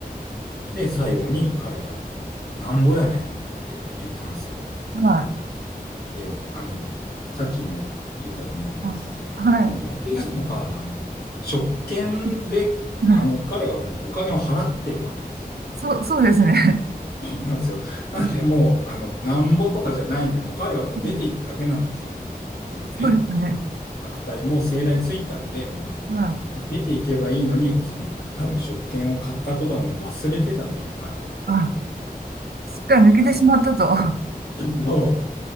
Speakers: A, on the left; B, on the right.
A: で、最後に彼が、なんぼやねんって言ったんですよ。
B: はい、
A: で、あの、さっきも言ったと思うんですけど、
B: あ、は
A: このモキガモは、あの、職権で、
B: い、<laughs> はい。
A: あの、彼はもうお金を払ってるわけですよ。
B: そう、そうですね。
A: なんですよ。なんで、
B: <laughs>
A: もう、あの、なんぼとかじゃないんで、もう彼はもう出ていくだけなんですよ、
B: うん
A: もう。もうね。
B: そうですね。
A: 悪態も盛大ついたんで、もう、
B: はい。
A: もう出ていけばいいのに、その、多分職権を買ったことはもう忘れてたんでしょうね、彼は。
B: あすっかり抜けてしまったと。
A: だから、
B: は
A: <laughs>